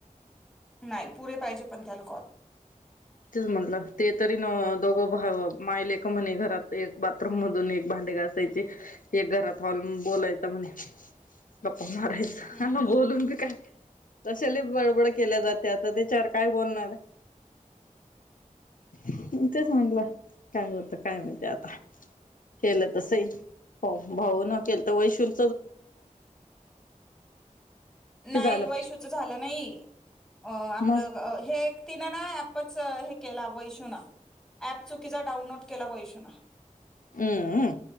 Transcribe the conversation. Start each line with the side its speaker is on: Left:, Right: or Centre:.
Centre: नाही पुरे पाहिजे पण त्याला कॉल.
Left: तेच म्हटलं ते तरी न दोघ मायले का म्हणे घरात एक बाथरूम मधून एक भांडे घासायचे एक घरात हॉल बोलायचा म्हणे बाप्. मारायच
Centre: हम्म
Left: ना
Centre: बर
Left: बोलून बी काय. तशाले बळबड केल्या जाते आता त्याच्यावर काय बोलणार? आहे तेच म्हटलं काय होत काय माहिती आता केलं तसही होऊ भाऊ न केल तर वैशून.
Centre: नाही
Left: कि झालं
Centre: वैशूच झालं नाही अ आपलं
Left: मग
Centre: हे तिन ना ऍपच हे केला वैषुण ऍप चुकीचा डाउनलोड केला वैषुण.
Left: हम्म